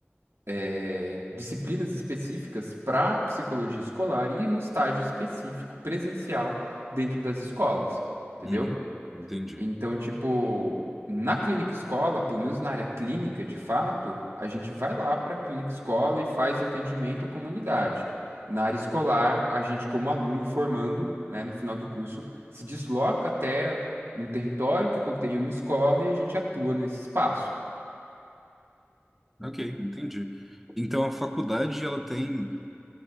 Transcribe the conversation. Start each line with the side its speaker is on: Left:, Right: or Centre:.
Right: eh, disciplinas específicas para psicologia escolar e um estágio específico presencial dentro das escolas, entendeu?
Centre: uhum. Entendi.
Right: Então, tipo, na clínica escola, pelo menos na área clínica, de fato, a gente vai lá para a clínica escola e faz o atendimento à comunidade. Na área escolar, a gente, como aluno formando, né, no final do curso, se desloca até um território que contém uma escola e a gente atua nesse espaço.
Centre: Ok, entendi. Então a faculdade ela tem